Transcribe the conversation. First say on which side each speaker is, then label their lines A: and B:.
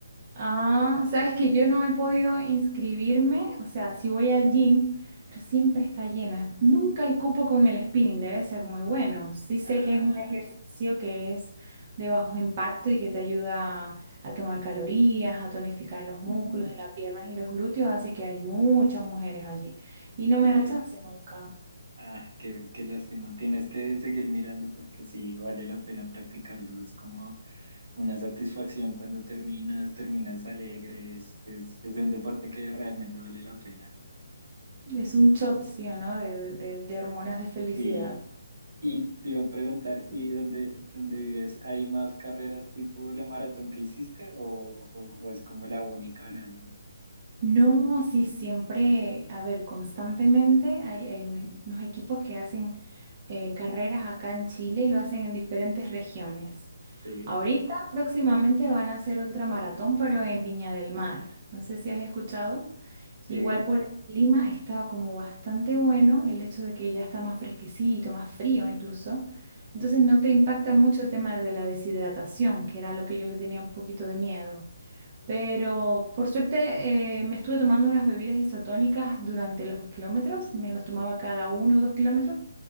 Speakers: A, on the right; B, on the right.
A: Ah, sabes que yo no he podido inscribirme, o sea, sí voy al gym, pero siempre está llena. Nunca hay cupo con el spinning, debe ser muy bueno. Sí sé
B: Ah,
A: que es un ejercicio que es de bajo impacto y que te ayuda a quemar calorías, a tonificar los
B: ujú,
A: músculos de las piernas y los glúteos, así que hay muchas mujeres allí. Y no
B: ok.
A: me da chance nunca.
B: Ah, qué, qué lástima. Tienes que seguir mirando porque sí vale la pena practicarlo. Es como una satisfacción cuando terminas, terminas alegres. Es, es es de un deporte que realmente vale la pena.
A: Es un shot, sí o no, de, de de- de hormonas de felicidad.
B: Sí. Y te iba a preguntar, ¿y dónde, dónde vives? ¿Hay más carreras tipo la maratón que hiciste o, o- o es como la única al año?
A: No, sí, siempre, a ver, constantemente hay, hay un- unos equipos que hacen eh, carreras acá en Chile y lo hacen en diferentes regiones.
B: Sí,
A: Ahorita próximamente van a hacer otra maratón, pero en Viña del Mar. No sé si has escuchado.
B: sí,
A: Igual por el clima está como bastante bueno el hecho de que ya está más fresquecito, más frío incluso. Entonces no te impacta mucho el tema de la deshidratación, que era lo que yo le tenía un poquito de miedo. Pero por suerte eh, me estuve tomando unas bebidas isotónicas durante los kilómetros, me los tomaba cada uno o dos kilómetros,